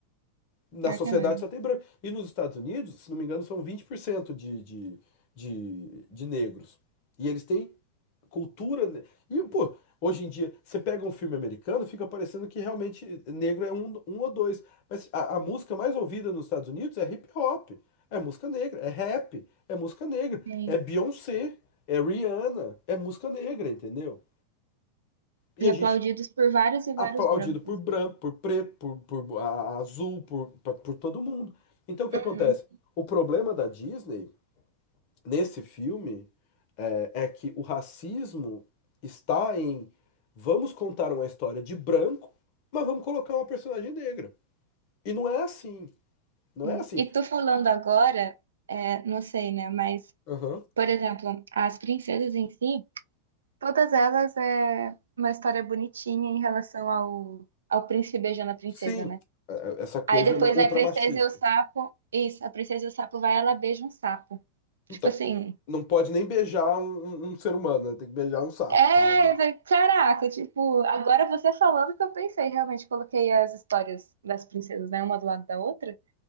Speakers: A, on the left; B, on the right.
A: Na
B: Pior
A: sociedade
B: que é mesmo.
A: só tem branco. E nos Estados Unidos, se não me engano, são 20% de, de, de, de negros. E eles têm cultura. ne- E, pô, hoje em dia, você pega um filme americano, fica parecendo que realmente negro é um, um ou dois. Mas a, a música mais ouvida nos Estados Unidos é hip hop, é música negra, é rap, é música negra,
B: Sim.
A: é Beyoncé, é Rihanna, é música negra, entendeu? E
B: E
A: a
B: aplaudidos
A: gente
B: por vários e vários
A: aplaudido
B: brancos.
A: por branco, por preto, por, por a- azul, por, por, por todo mundo. Então o que
B: Uhum.
A: acontece? O problema da Disney nesse filme é, é que o racismo está em vamos contar uma história de branco, mas vamos colocar uma personagem negra. E não é assim, não
B: Sim.
A: é assim.
B: E tu falando agora, é, não sei, né? Mas,
A: Aham.
B: por exemplo, as princesas em si, todas elas é uma história bonitinha em relação ao, ao príncipe beijando a princesa,
A: Sim,
B: né?
A: é- é essa coisa,
B: Aí depois
A: né, ultramachista.
B: vai a princesa e o sapo. Isso, a princesa e o sapo vai, ela beija um sapo. Tipo
A: Então,
B: assim.
A: não pode nem beijar um, um- um ser humano, né? Tem que beijar um sapo
B: É,
A: também, né?
B: vai- caraca, tipo, agora você falando que eu pensei, realmente coloquei as histórias das princesas, né, uma do lado da outra.